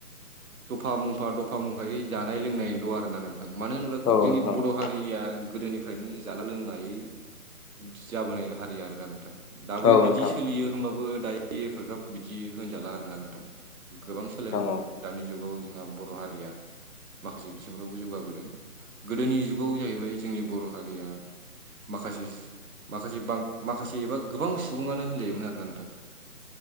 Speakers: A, on the right; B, on the left.
A: दफा मफा दफा मफायै जानाय लोंनायल आरोना नोंथां मानो होनोब्ला
B: औ
A: जोंनि
B: नोंथां
A: बर' हारिया गोदोनिफ्रायनो जाला लोंलायै जाबोनाय हारि आरोना नोंथां। दाबो
B: औ नोंथां
A: बिदि सोलियो होमबाबो दायो एपाग्राब बिदि होनजाला आरोना नोंथां गोबां सोलायबोदों
B: औ
A: दानि जुगाव जोंहा बर हारिया माखासे बिथिंफ्रावबो जौगाबोदों गोदोनि जुगाव जाहैबाय जोंनि बर हारिया माखासेस माखासे बां माखासे एबा गोबां सुबुङानो होनजायोमोन आरोना नोंथां।